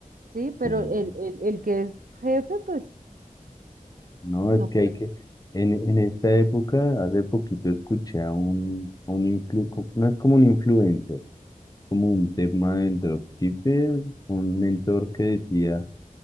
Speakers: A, on the right; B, on the left.
A: ¿sí? Pero
B: sí.
A: el, el el que es jefe, pues...
B: No,
A: No
B: es que hay que... En, en esta época, hace poquito escuché a un, a un influ- co- no es como un influencer, como un tema del dropshipper, un mentor que decía